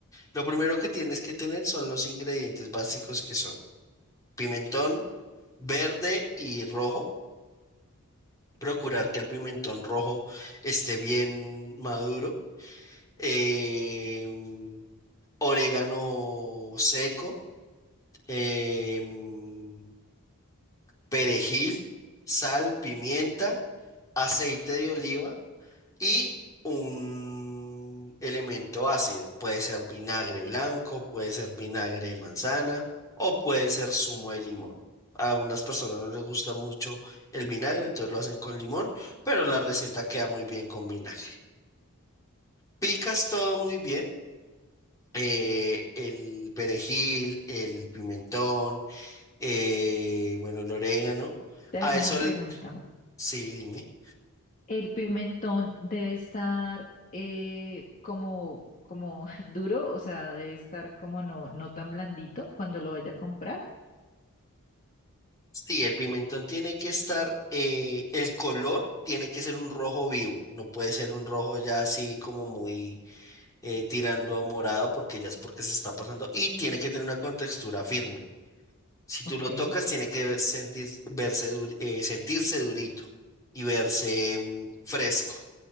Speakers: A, on the left; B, on the left.
A: Lo primero que tienes que tener son los ingredientes básicos que son pimentón verde y rojo. Procurar que el pimentón rojo esté bien maduro. Em, orégano seco, em, perejil, sal, pimienta, aceite de oliva y un elemento ácido. Puede ser vinagre blanco, puede ser vinagre de manzana o puede ser zumo de limón. A unas personas no les gusta mucho el vinagre, entonces lo hacen con limón, pero la receta queda muy bien con vinagre. Picas todo muy bien. eh, el perejil, el pimentón, eh, bueno, el orégano.
B: Te
A: A
B: hago
A: eso,
B: una
A: el-
B: pregunta.
A: sí, dime.
B: ¿El pimentón debe estar eh, como, como <laughs> duro? O sea, debe estar como no, no tan blandito cuando lo vaya a comprar.
A: Sí, el pimentón tiene que estar, eh, el color tiene que ser un rojo vivo, no puede ser un rojo ya así como muy eh, tirando a morado porque ya es porque se está pasando y tiene que tener una contextura firme. Si tú
B: Ok.
A: lo
B: Si
A: tocas, tiene que ver- sentir, verse dur- eh, sentirse durito y verse mm, fresco,